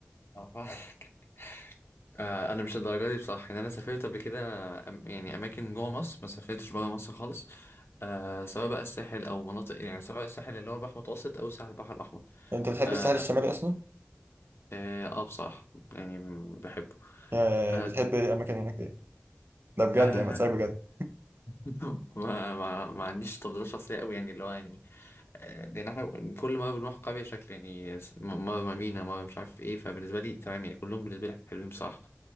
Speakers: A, on the left; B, on the right.
A: أعرفك. <laughs> آه، انا مش الدرجه دي بصراحه يعني انا سافرت قبل كده أم- يعني اماكن جوه مصر ما سافرتش بره مصر خالص آه سواء بقى الساحل او مناطق يعني سواء الساحل اللي هو البحر المتوسط او ساحل البحر الاحمر
B: <laughs> انت بتحب
A: اه
B: الساحل الشمالي اصلا
A: اه آه، بصراحه يعني بحبه
B: يعني
A: آه
B: بتحب ايه اماكن هناك ايه ده بجد
A: آه،
B: يعني بتسألك بجد
A: <laughs> ما, ما, ما عنديش تفضيلات شخصية قوي يعني اللي هو يعني آه، لأن احنا كل ما بنروح قرية شكل يعني س- مرة مارينا مرة مش عارف ايه فبالنسبة لي تمام يعني كلهم بالنسبة لي حلوين بصراحة